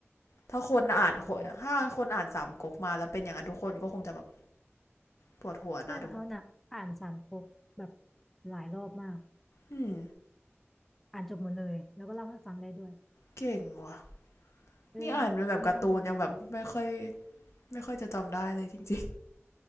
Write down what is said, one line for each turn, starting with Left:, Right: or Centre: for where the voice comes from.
Left: ถ้าคนอ่านถ้าคนอ่านสามก๊กมาแล้วเป็นอย่างนั้นทุกคนก็คงจะแบบ
Centre: อืม
Left: ปวดหัวนะดู
Centre: เพื่อนเขาน่ะอ่านสามก๊กแบบหลายรอบมาก
Left: อืม
Centre: อ่านจบหมดเลยแล้วก็เล่าให้ฟังได้ด้วย
Left: เก่งว่ะ
Centre: เออ
Left: นี่อ่านเป็นแบบการ์ตูนยังแบบไม่ค่อย
Centre: มีความพยายาม
Left: ไม่ค่อยจะจำได้เลยจริง